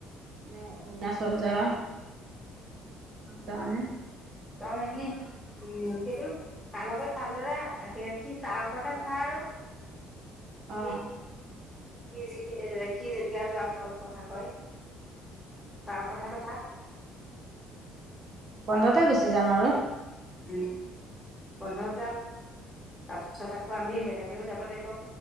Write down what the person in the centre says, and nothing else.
তই এনেই উম, সেইটো তাৰ লগত ভালদৰে সি সি তাৰ ওপৰতে কথা আৰু। সি
সি যিখি সি যেতিয়া যোৱা কথা কয় তাৰ ওপৰত হে কথা।
উম, বন্ধত যাম তাৰপিছত আকৌ আমি বেলেগেও যাব লাগিব।